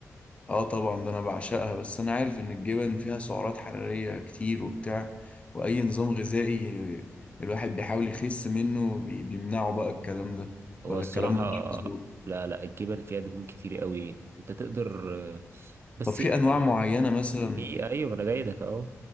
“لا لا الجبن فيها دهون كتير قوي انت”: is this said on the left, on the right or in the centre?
Right